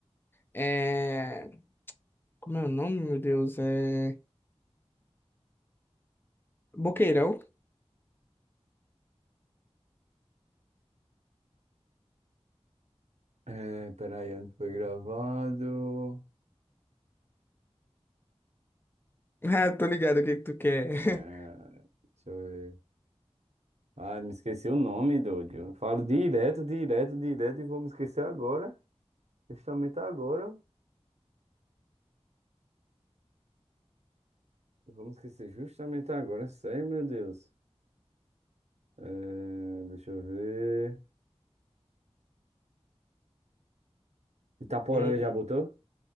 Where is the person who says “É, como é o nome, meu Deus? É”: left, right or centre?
Left